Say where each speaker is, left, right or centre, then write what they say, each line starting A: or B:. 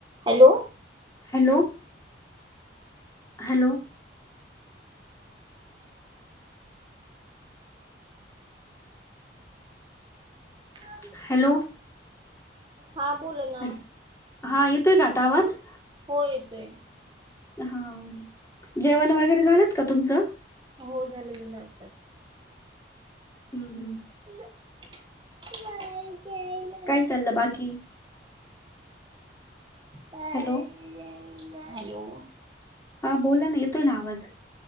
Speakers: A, on the right (about 25°); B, on the left (about 15°).
A: Hello.
B: Hello. Hello
A: ह
B: hello
A: हा बोल ना
B: हॅलो हा येतोय का आता आवाज
A: हो येतोय
B: हा. जेवण वगैरे झालंत का तुमचं?
A: हो झालं झालं आत्ताच.
B: हम् हम्म.
A: माकला
B: काय चाललं बाकी?
A: Hello.
B: hello हा बोला ना येतोय ना आवाज.